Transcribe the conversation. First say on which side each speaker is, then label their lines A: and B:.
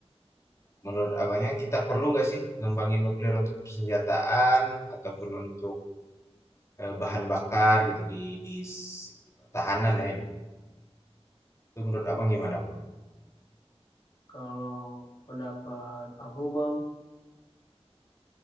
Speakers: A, on the left (about 25°); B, on the left (about 40°).
A: menurut Abangnya kita perlu nggak sih ngembangin nuklir untuk persenjataan ataupun untuk eh, bahan bakar gitu di di segi pertahanan ya gitu. Itu menurut abang gimana bang?
B: Kalau pendapat aku Bang,